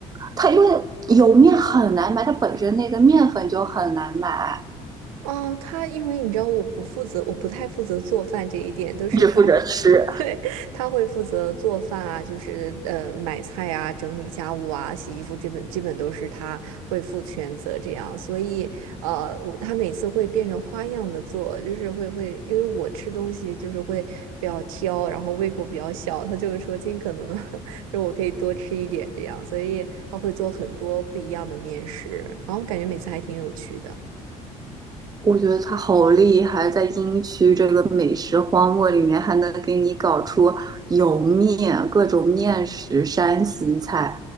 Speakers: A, on the right (about 20°); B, on the right (about 80°).
A: 他因为油面很难买，他本身那个面粉就很难买，
B: 哦，他因为你知道我不负责，我不太负责做饭这一点，都是他
A: 只负责吃。
B: 对，他会负责做饭啊，就是呃买菜啊、整理家务啊、洗衣服，这本基本都是他会负全责这样。所以呃，我他每次会变着花样的做，就是会会，因为我吃东西就是会比较挑，然后胃口比较小，他就是说尽可能的，<laughs> 就我可以多吃一点这样，所以他会做很多不一样的面食，然后感觉每次还挺有趣的。
A: 我觉得他好厉害，在英区这个美食荒漠里面，还能给你搞出油面、各种面食、山西菜，